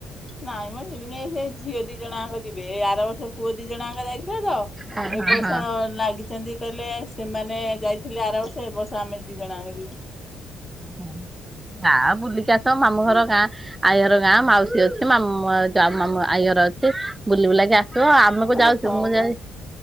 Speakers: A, on the left (about 20°); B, on the right (about 15°).
A: ନାଇଁ ମୁଁ ଯିବିିନି ସେଇ ଝିଅ ଦି ଜଣାଙ୍କ ଯିବେ ଆର ବର୍ଷ ପୁଅ ଦି ଜଣାଙ୍କ ଯାଇ କେ ସ
B: ହଁ
A: ଏ
B: ହଁ
A: ବର୍ଷ
B: ହଁ
A: ଲାଗିଚ଼ନ୍ତି। କଇଲେ ସେମାନେ ଯାଇଥିଲେ ଆରବର୍ଷ ଏବର୍ଷ ଆମେ ଦିଜ ଣାଙ୍କ ଯିବୁ
B: ହୁଁ ଗାଁ ବୁଲିକି ଆସ ମାମୁଁଘର ଗାଁ। ଆଇ ଘର ଗାଁ ମାଉସୀ ଅଛି ମାମୁ ମା ଆଇ ଘର ଅଛି ବୁଲି ବୁଲାକି ଆସିବ ଆ ମକୁ
A: ହଁ
B: ଯାଉଚୁ
A: ହଁ
B: ମୁଁ
A: ବା
B: ଯାଇ